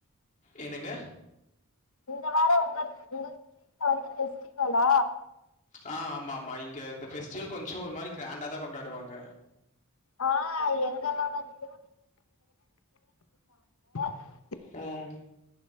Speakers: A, on the left; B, on the left.
A: ஏனுங்க
B: இந்த வாரொ ஒங்கள் ஒங்க வீட்ல வந்து ஃபெஸ்டிவலா
A: ஆ ஆமா ஆமா இங்க இந்த ஃபெஸ்டிவல் கொஞ்சொ ஒரு மாரி கிராண்டாதா கொண்டாடுவாங்க
B: ஆ எங்களோடதையு <unintelligible>
A: ம்